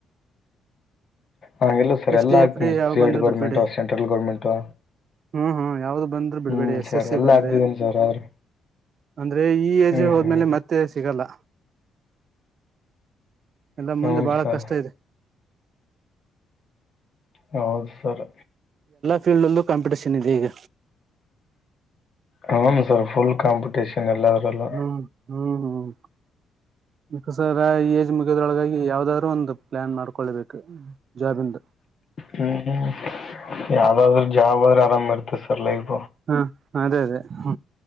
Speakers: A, on the left; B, on the right.
A: ಹಗೆಲ್ಲ ಸರ್
B: ಎಸ್
A: ಎಲ್ಲ
B: ಟಿ
A: ಆಗ್ತೀನಿ
B: ಎಫ್ ಡಿ
A: ಸ್ಟೇಟ್
B: ಯಾವ ಬಂದ್ರೆ
A: ಗೌರ್ಮೆಂಟು
B: ಬಿಡ್ಬೇಡಿ
A: ಸೆಂಟ್ರಲ್ ಗೌರ್ಮೆಂಟು
B: ಹ್ಮ್ ಹ್ಮ್ ಯಾವ್ದು ಬಂದ್ರು ಬಿಡ್ಬೇಡಿ
A: ಹ್ಮ್
B: ಎಸ್
A: ಸರ್
B: ಎಸ್ ಸಿ
A: ಎಲ್ಲ
B: ಬಂದ್ರೆ
A: ಹಾಕ್ತಿದ್ದೀನಿ ಸರ್ ಆದ್ರೆ
B: ಅಂದ್ರೆ ಈ ಏಜ್
A: ಹ್ಮ್
B: ಹೋದ್ಮೇಲೆ
A: ಹ್ಮ್
B: ಮತ್ತೆ ಸಿಗಲ್ಲ ಎಲ್ಲ
A: ಹ್ಞೂ
B: ಮುಂದೆ ಬಹಳ
A: ಸರ್
B: ಕಷ್ಟ ಇದೆ
A: ಹೌದು ಸರ್
B: ಫೀಲ್ಡ್ಲ್ಲೂ ಕಾಂಪಿಟಷನ್ ಇದೆ ಈಗ
A: ಹನ್ ಸರ್ ಫುಲ್ ಕಾಂಪಟೀಷನ್ ಎಲ್ಲರಲ್ಲ
B: ಹ್ಮ್ ಹ್ಮ್ ಹ್ಮ್ ಮಸರ ಏಜ್ ಮುಗಿಯದ್ರೊಳಗಾಗಿ ಯಾವ್ದಾದ್ರು ಒಂದು ಪ್ಲಾನ್ ಮಾಡ್ಕೊಳ್ಬೇಕು ಜಾಬಿಂದು
A: ಹ್ಮ್ ಹ್ಮ್ ಯಾವ್ದಾದ್ರರು ಜಾಬ್ ಆದ್ರೆ ಆರಾಮ ಇರ್ತ ಸರ್ ಲೈಫ್
B: ಹಾ ಅದೇ ಅದೇ ಹ